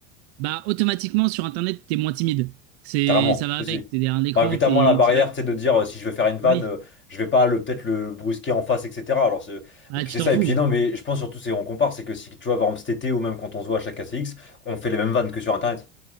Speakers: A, on the right; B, on the left.
A: bah, automatiquement, sur Internet, t'es moins timide. C'est,
B: Carrément,
A: ça va
B: aussi.
A: avec. T'es derrière un écran,
B: Bah, putain,
A: t'es,
B: moi, la barrière,
A: tu vas,
B: tu sais, de dire euh, si je vais faire une vanne,
A: oui.
B: euh, je vais pas le peut-être le brusquer en face, etc. Alors, c'est-
A: Ah,
B: et puis
A: tu
B: c'est
A: t'en
B: ça.
A: fous.
B: Et puis, non, mais je pense surtout, c'est on compare, c'est que si tu vois, par exemple, cet été ou même quand on se voit à chaque ACX, on fait les mêmes vannes que sur Internet.